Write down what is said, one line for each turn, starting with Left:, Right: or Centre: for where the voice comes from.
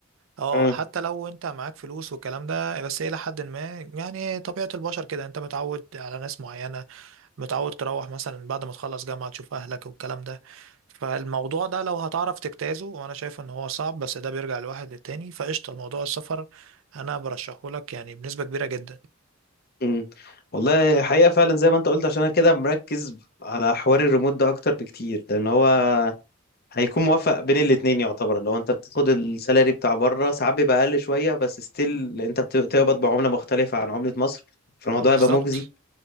Right: اه
Left: امم
Right: حتى لو انت معاك فلوس والكلام ده بس الى حد ما يعني طبيعه البشر كده انت متعود على ناس معينه متعود تروح مثلا بعد ما تخلص جامعة تشوف أهلك والكلام ده فالموضوع ده لو هتعرف تجتازه وأنا شايف إن هو صعب بس ده بيرجع لواحد للتاني فقشطة موضوع السفر أنا برشحه لك يعني بنسبة كبيرة جدا
Left: امم والله حقيقه فعلا زي ما انت قلت عشان انا كده مركز على حوار الريموت ده اكتر بكتير لان هو هيكون موافق بين الاتنين يعتبر لو انت بتاخد السالري بتاع بره ساعات بيبقى اقل شويه بس ستيل انت بت- بتقبض بعمله مختلفه عن عمله مصر فالموضوع
Right: بالظبط
Left: هيبقى مجزي